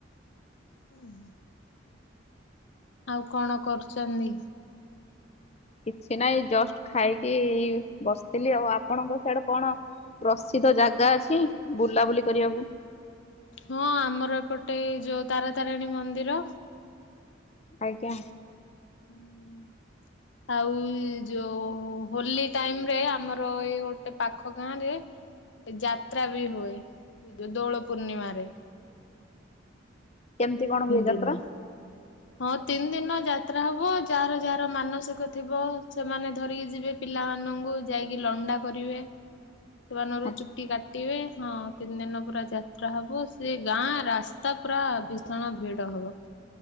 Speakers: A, on the left; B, on the left.
A: ହୁଁ। ଆଉ କଣ କରୁଚନ୍ତି?
B: କିଛି ନାଇଁ ଏଇ ଜଷ୍ଟ ଖାଇକି ବସଥିଲି ଆଉ ଆପଣଙ୍କ ସିଆଡେ କଣ? ପ୍ରସିଦ୍ଧ ଜାଗା ଅଛି ବୁଲାବୁଲି କରିବାକୁ।
A: ହଁ ଆମର ଏପଟେ ଯୋଉ ତାର ତାରିଣୀ ମନ୍ଦିର।
B: ଆଜ୍ଞା।
A: ହୁଁ। ଆଉ ଯୋଉ ହୋଲି ଟାଇମ୍ ରେ ଆମର ଏଇ ଗୋଟେ ପାଖ ଗାଁ ରେ ଯାାତ୍ରା ବି ହୁଏ ବ ଦୋଳ ପୂର୍ଣ୍ଣିମା ରେ।
B: କେମତି କଣ ହୁଏ
A: ଦିନ।
B: ଯାତ୍ରା?
A: ହଁ ତିନ ଦିନ ଯାତ୍ରା ହବ ଯାର ଯାର ମାନସିକ ଥିବ ସେମାନେ ଧରିକି ଯିବେ ପି ପିଲାମାନଙ୍କୁ ଯାଇକି ଲଣ୍ଡା କରିବେ ସେମାନଙ୍କର
B: ଆଛା
A: ଚୁଟି କାଟିବେ। ହଁ ତିନ୍ ଦିନ ପୁରା ଯାତ୍ରା ହବ ସେ ଗାଁ ରାସ୍ତା ପୁରା ଭୀଷଣ ଭିଡ ହବ।